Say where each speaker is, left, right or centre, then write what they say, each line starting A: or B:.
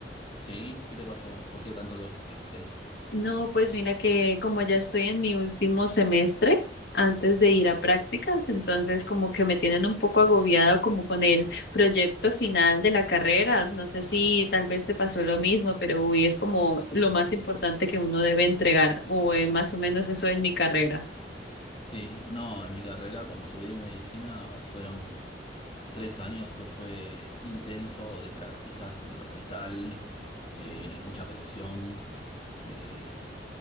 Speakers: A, on the left; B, on the left.
A: Sí, ¿qué te pasó? ¿Por qué tanto estrés?
B: No, pues mira que como ya estoy en mi último semestre antes de ir a prácticas, entonces como que me tienen un poco agobiada como con el proyecto final de la carrera. No sé si tal vez te pasó lo mismo, pero uy, es como lo más importante que uno debe entregar, o eh, más o menos eso en mi carrera.
A: Sí, no, en mi carrera, como estudié medicina, fueron tres años que fue intenso de prácticas en el hospital, eh, mucha presión, eh,